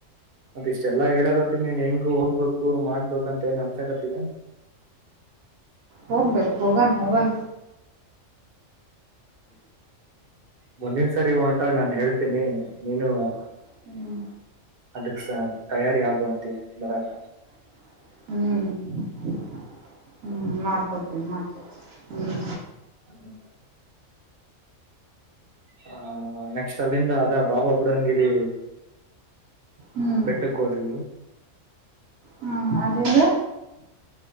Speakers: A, on the right; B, on the right.
A: ಮತ್ತ ಇಷ್ಟೆಲ್ಲಾ ಹೇಳಕತ್ತನಿ ನಿನ್ಗು ಹೋಗ್ಬೇಕು ಮಾಡ್ಬೇಕು ಅಂತ ಏನ್ ಅನ್ಸಕತಿಲ್ಲ <inaudible>
B: ಹೋಗ್ಬೇಕು ಹೋಗಣ ಹೋಗಣ
A: <inaudible> ಮುಂದಿನ ಸರಿ <unintelligible> ನಾನ್ ಹೇಳ್ತೀನಿ <unintelligible>
B: ಹ್ಮ್
A: ಅದಕ್ ಸ ತಯಾರಿ ಆಗುವಂತೆ ಬರಕ.
B: ಹ್ಮ್ <unintelligible> ಮಾಡ್ಕೊತೀನಿ <unintelligible> ಹ್ಮ್
A: ಹ್ಮ ಹ ನೆಕ್ಸ್ಟ್ ಅಲ್ಲಿಂದ ಅದ ಬಾಬಾ ಬುಡಂಗಿರಿ
B: ಹ್ಮ್
A: ಬೆಟ್ಟಕ್ <unintelligible>
B: ಹ್ಮ್ ಅಲ್ಲಿಂದ.